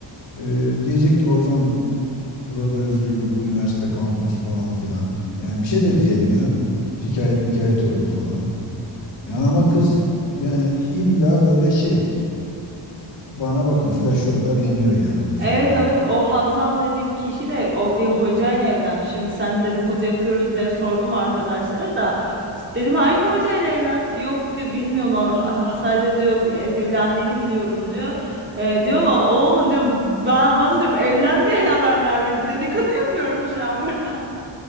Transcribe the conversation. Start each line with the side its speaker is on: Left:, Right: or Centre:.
Left: ee, diyecek ki hocam burada özgürlük, üniversite, kampüs falan filan. Yani bir şey de diyemiyor. Şikayet mikayet olur falan. Yani ama kız yani illa böyle şey bana bakın flaşörler yanıyor yani üzerine
Right: Evet evet o Hazal dediğim kişi de o bir hocayla evlenmiş. Şimdi sen de dedikodu yapıyoruz diye sordum arkadaşlara da dedim hangi hocayla evlen? Yok diyor bilmiyorum ama ah, sadece diyor e, evlendiğini biliyorum diyor. E, diyorum ama o mu diyorum ben bana diyorum evlenmeyen <laughs> haberler verin dedikodu yapıyorum şu an burada.